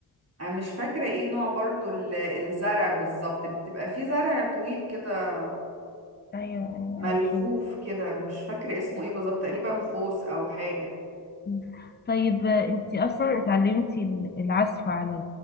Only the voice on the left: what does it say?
ايوه ايوه
عارفه
مم. طيب آه، انت اصلا اتعلمتي ال- العزف على